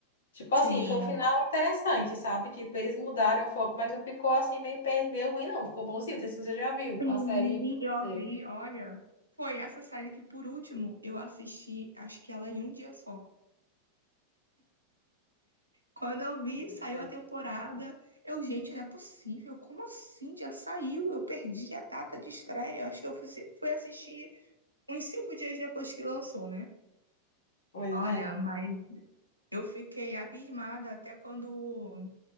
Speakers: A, on the left; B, on the right.
A: Tipo assim,
B: Sim.
A: foi um final interessante, sabe? Tipo, eles mudaram o foco, mas não ficou assim meio, per- meio ruim, não. Ficou bonzinho. Não sei se você já viu
B: Sim,
A: a série
B: eu
A: Você.
B: vi, olha. Foi essa série que, por último, eu assisti, acho que ela em um dia só. Quando eu vi,
A: Pois
B: saiu
A: é.
B: a temporada. Eu, gente, não é possível. Como assim? Já saiu? Eu perdi a data de estreia. Acho que eu fui fui assistir uns cinco dias depois que lançou, né?
A: Pois
B: Olha,
A: é.
B: mas eu fiquei abismada até quando.